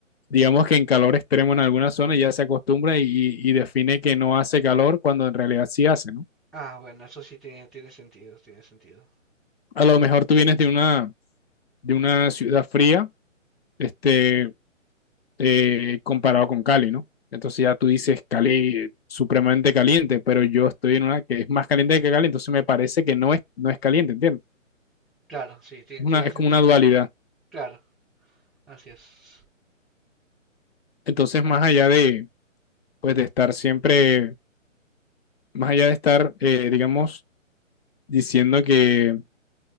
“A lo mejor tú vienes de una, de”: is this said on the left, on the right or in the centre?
Left